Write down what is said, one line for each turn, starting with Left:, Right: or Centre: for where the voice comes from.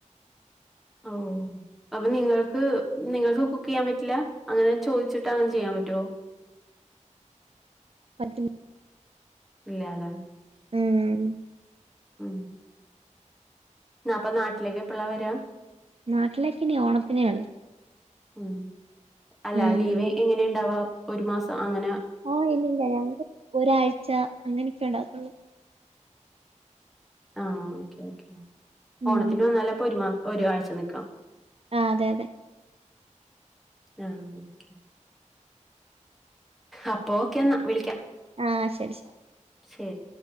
Centre: ഓഹ് അപ്പൊ നിങ്ങൾക്ക് നിങ്ങൾക്ക് കുക്ക് ചെയ്യാൻ പറ്റില്ല അങ്ങനെ ചോയ്ച്ചിട്ട് അങ്ങനെ ചെയ്യാൻ പറ്റുവോ
Right: പറ്റിൽ
Centre: ഇല്യല്ലേ
Right: ഉം
Centre: ഉം നാപ്പ നാട്ടിലേക്കെപ്പള്ളാ വരാ
Right: നാട്ടിലേക്ക് ഇിനി ഓണത്തിനെ ഒള്ള്
Centre: ഉം അല്ല
Right: ഉം
Centre: ലീവ് എങ്ങനെ ഇണ്ടാവാ ഒരു മാസം അങ്ങന
Right: ആഹ് ഇല്ലില്ല ഞങ്ങക്ക് ഒരാഴ്ച അങ്ങനെക്കെ ഉണ്ടാവത്തുള്ളൂ
Centre: ആഹ് ഓക്കേ ഓക്കേ
Right: ഉം
Centre: ഓണത്തിന് വന്നല്ലപ്പോ ഒരുമാ ഒരാഴ്ച നിക്കാം
Right: ആഹ് അതെ അതെ
Centre: ആഹ് ഓക്കേ അപ്പ ഓക്കെ എന്നാ വിളിക്കാം
Right: ആഹ് ശരി ശരി
Centre: ശരി